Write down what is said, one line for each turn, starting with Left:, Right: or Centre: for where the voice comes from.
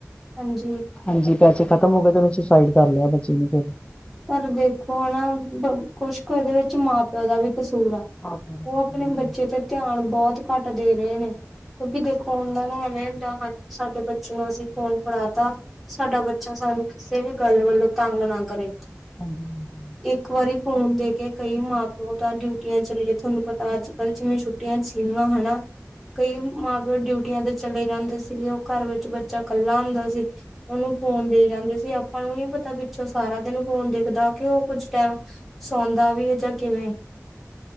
Centre: ਹਾਂਜੀ
Left: ਹਾਂਜੀ, ਪੈਸੇ ਖ਼ਤਮ ਹੋਗੇ ਤੇ ਓਨੇ ਸੁਸਾਈਡ ਕਰ ਲਿਆ ਬੱਚੇ ਨੇ ਫੇਰ।
Centre: ਪਰ ਦੇਖੋ ਨਾ ਕੁਛ ਕੁ ਏਦੇ ਵਿੱਚ ਮਾਂ-ਪਿਓ ਦਾ ਵੀ ਕਸੂਰ ਆ।
Left: ਆਪ <unintelligible>
Centre: ਉਹ ਆਪਣੇ ਬੱਚੇ ਤੇ ਧਿਆਨ ਬੌਤ ਘੱਟ ਦੇ ਰਏ ਨੇ ਕਿਉਂਕਿ ਦੇਖੋ ਔਨਾ ਨੂ ਹਲੇ ਦਾਣ ਸਾਡੇ ਬੱਚੇ ਨੂੰ ਅਸੀਂ ਫੋਨ ਫੜਾ ਤਾ ਸਾਡਾ ਬੱਚਾ ਸਾਨੂੰ ਕਿਸੇ ਵੀ ਗੱਲ ਵੱਲੋਂ ਤੰਗ ਨਾ ਕਰੇ।
Left: ਹਾਂਜੀ-ਹਾਂਜੀ।
Centre: ਇੱਕ ਵਾਰੀ ਫੋਨ ਦੇ ਕੇ ਕਈ ਮਾਂ-ਪਿਓ ਤਾਂ ਡਿਊਟੀਆਂ ਚਲੀ ਜੇ, ਥੋਨੂੰ ਪਤਾ ਅੱਜ-ਕੱਲ ਜਿਵੇਂ ਛੁੱਟ ਟੀਆਂ <unintelligible> ਕਈ ਮਾਂ-ਪਿਓ ਡਿਊਟੀਆਂ ਤੇ ਚਲੇ ਜਾਂਦੇ ਸੀਗੇ, ਔ ਕਾਰ ਵਿੱਚ ਬੱਚਾ ਕੱਲਾ ਹੁੰਦਾ ਸੀ। ਔਨੂੰ ਫੋਨ ਦੇ ਜਾਂਦੇ ਸੀ, ਆਪਾਂ ਨੂੰ ਨੀ ਪਤਾ ਪਿੱਛੋਂ ਸਾਰਾ ਦਿਨ ਫੋਨ ਦੇਖਦਾ ਕਿ ਓਹ ਕੁੱਛ ਟੈਮ ਸੌਂਦਾ ਵੀ ਏ ਜਾਂ ਕਿਵੇਂ।